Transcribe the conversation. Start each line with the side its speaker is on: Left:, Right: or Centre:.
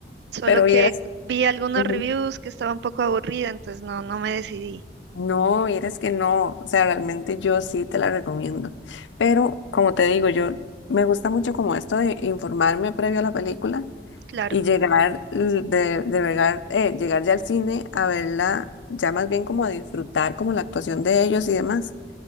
Right: solo
Left: pero
Right: que
Left: vieras,
Right: vi algunos
Left: Ujú.
Right: reviews que estaba un poco aburrida, entonces no, no me decidí.
Left: no, vieras que no, o sea, realmente yo sí te la recomiendo. Pero como te digo, yo me gusta mucho como esto de informarme previo a la película
Right: Claro,
Left: y llegar l- de, de llegar, eh, llegar ya al cine a verla, ya más bien como a disfrutar como la actuación de ellos y demás.